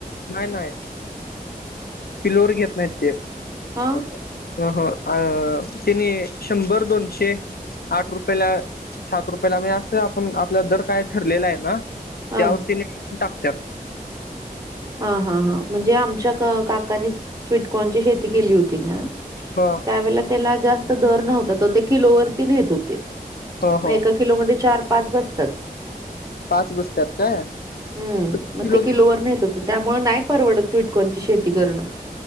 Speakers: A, on the left; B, on the right.
A: नाही, नाही. किलोवर घेत नाहीत ते.
B: हा
A: हं, हं, अ.. तिने शंभर, दोनशे- आठ रुपयाला, सात रुपयाला, म्हणजे असं आपण, आपला दर काय ठरलेला आहे ना-
B: हा
A: त्यावर तेनी, टाकत्यात <unintelligible>
B: हा, हा, हां, म्हणजे आमच्या काकानी स्वीटकॉर्नची शेती केली होती ना-
A: हा.
B: त्यावेळेला त्याला जास्त दर नव्हता तर, ते किलोवरती नेत होते.
A: हो
B: मग
A: हो
B: एका किलो मधे चार, पाच बसतात.
A: पाच बसतात काय
B: हम्म..
A: किलो
B: मग ते किलोवर न्हेत हो- त्यामुळ नाही परवडत स्वीटकॉर्नची शेती करणं.